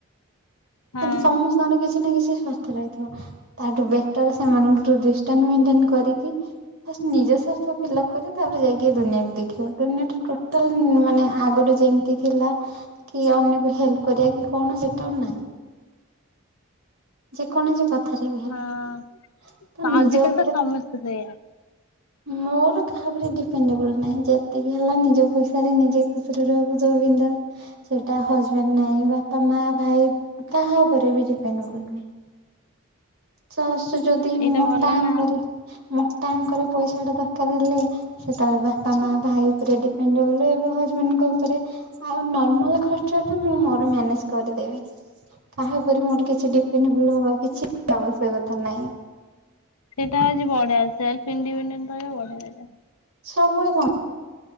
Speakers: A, on the left; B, on the right.
A: ହଁ।
B: ଏମିତି ସମସ୍ତ ତାର କିଛି ନାଁ କିଛି ସ୍ଵାର୍ଥ ରହିଥିବ। ତାଠୁଁ ବେଟର ସେମାନଙ୍କଠୁଟ ଡିଷ୍ଟାନ୍ସ ମେଟର୍ନ କରିକି ହେଁ ନିଜ ସ୍ଵାର୍ଥ କଲାପରେ ତାପରେ ଯାଇକି ଦୁନିଆକୁ ଦେଖିବା ଦୁନିଆ ଟା ଟୋଟାଲ ମାନେ ଆଗରୁ ଯେମତି ଥିଲା। କି ଅନ୍ୟ କୁ ହେଲ୍ପ କରିବା କି କଣ ସେଟା ନାହିଁ? ଯେକୌଣସି କଥା ଥାରେ ବି ହେଲେ
A: ହଁ
B: ତ ନିଜ
A: ଆଜିକାଲି
B: ଉପରେ
A: ତ ସମସ୍ତେ ସେଇଆ
B: ମୋର କାହା ଉପରେ ଡିପେଁଣ୍ଡେବୁଲ ନାହିଁ ଯେତିକି ହେଲା ନିଜ ପଇସାରେ ନିଜେ ଖୁସିରେ ରହିବୁ ଯୋଉଁ ବିନଦାସ। ସେଇଟା ହଜବେଣ୍ଡ ନାଇଁ ବାପା ମା ଭାଇ କାହା ଉପରେ ବି ଡିପେଣ୍ଡେବୁଲ ନୁହେଁ। ତ ସଁ ଯଦି
A: ସେଇଟା
B: ମୋଟା
A: ଭଲ
B: ଆଙ୍କରେ
A: ନା।
B: ମୋଟା ଆଙ୍କରେ ପଇସା ଟା ଦରକାର ହେଲେ। ସେତେବେଳେ ବାପା ମା ଭାଇ ଉପରେ ଡିପେଣ୍ଡେବୁଲ ଏବେ ହଜବେଣ୍ଡଙ୍କ ଉପରେ। ଆଉ ନର୍ମାଲ ଖର୍ଚ୍ଚ ତ ମୁଁ ମୋର ମ୍ୟାନେଜ କରିଦେବି। କାହା ଉପରେ ମୋର କିଛି ଡିପେଣ୍ଡେବୁଲ ହବାରେ କିଛି ଆବଶ୍ୟକତା ନାହିଁ।
A: ସେଇଟା ଆଜି ବଢିଆ ସେଲ ଇଡିପେଣ୍ଡେନ ରହିବ ବଢିଆ ଏଇଟା।
B: ସବୁବେଳେ କଣ?